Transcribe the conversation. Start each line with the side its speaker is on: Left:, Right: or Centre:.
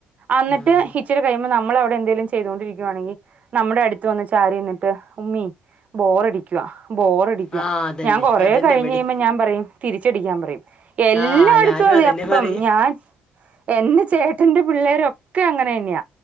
Right: അന്നിട്ട്
Left: ഉം.
Right: ഇച്ചിരി കഴിയുമ്പോ നമ്മൾ അവിടെ എന്തേലും ചെയ്തോണ്ടിരിക്കുവാണെങ്കിൽ നമ്മുടെ അടുത്ത് വന്ന് ചാരിനിന്നിട്ട് ഉമ്മീ ബോറടിക്കുവാ ബോറടി
Left: ആ
Right: <inaudible>
Left: അതന്നെ
Right: ഞാൻ കൊറെ
Left: അതന്നെ
Right: കഴിഞ്ഞ്
Left: ഇവിടെ
Right: കഴിയുമ്പോ ഞാൻ പറയും തിരിച്ചടിക്കാൻ പറയും. എല്ലാടുത്തും
Left: ആ ഞാനും
Right: അതെ
Left: അതന്നെ
Right: അപ്പം
Left: പറയും
Right: ഞാൻ എന്റെ ചേട്ടന്റെ പിള്ളേരൊക്കെ അങ്ങനെന്നെയാ